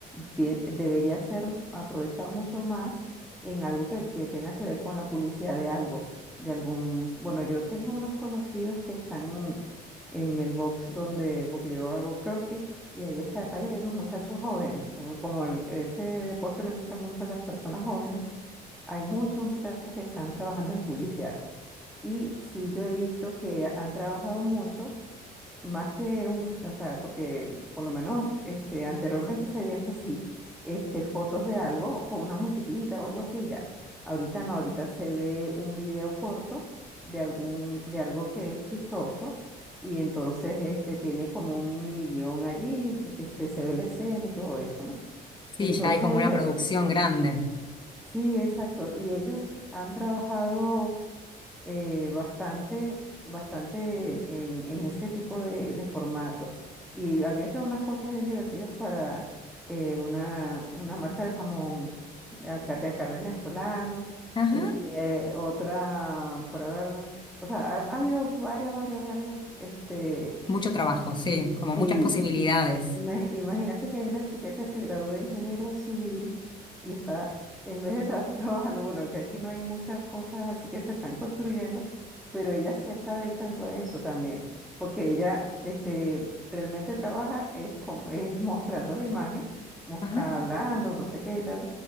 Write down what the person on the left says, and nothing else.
Sí,
ya hay como
una producción
grande.
Ajá.
Mucho trabajo, sí, como
muchas posibilidades.
Ajá.